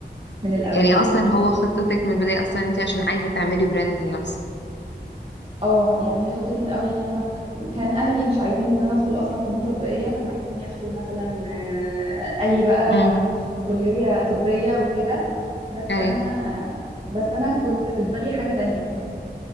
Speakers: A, on the right; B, on the left.
A: من الاول
B: يعني اصلا هو خطتك من البداية اصلا انت عشان عايزة تعملي براند لنفسك
A: اه يعني هي خطتي من الاول يعني انا ما ك- كان اهلي مش عايزين ان انا ادخل اصلا فنون تطبيقيه كانوا عايزيني ادخل مثلا آه، اي بقى
B: امم
A: كليه طبيه وكده بس
B: اي
A: انا بس انا كنت في دماغي حاجه تانية يعني